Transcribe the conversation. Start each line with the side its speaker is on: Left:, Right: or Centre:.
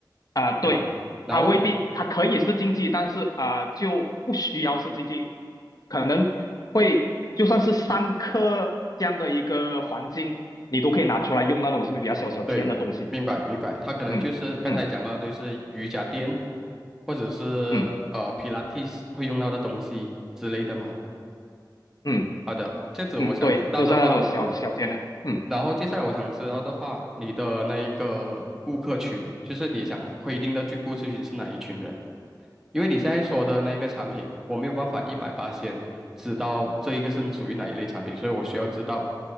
Left: 啊、对，
Centre: 对吧？然后
Left: 它未必它可以是竞技，但是啊、就不需要是竞技，可能会就算是上课这样的一个环境，你都可以拿出来用那种是不是比较小小尖的东西？
Centre: 对，明白明白，他可能就是刚才讲到，
Left: 嗯嗯
Centre: 就是瑜伽垫，或者是呃皮拉提会用到的东西之类的嘛。
Left: 嗯嗯嗯，
Centre: 好的，这样子我想知道的话，
Left: 嗯嗯对，都是那种小小尖的，嗯。
Centre: 然后接下来我想知道的话，你的那一个顾客群，就是你想规定的去顾客群是哪一群人？因为你现在说的那一个产品，我没有办法一百八先知道这一个是属于哪一类产品，所以我需要知道，